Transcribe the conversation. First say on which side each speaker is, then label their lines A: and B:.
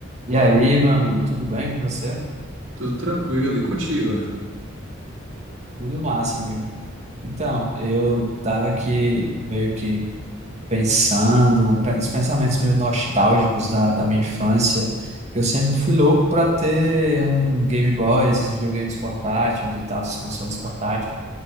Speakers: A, on the right; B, on the right.
A: E aí, meu amigo, tudo bem com você?
B: Tudo tranquilo, e contigo? né?
A: Tudo massa, amigo. Então, eu tava aqui meio que pensando, pen- os pensamentos meio nostálgicos da, da minha infância, que eu sempre fui louco para ter um Game Boy, esses videogames portáteis e tal, esses consoles portáteis.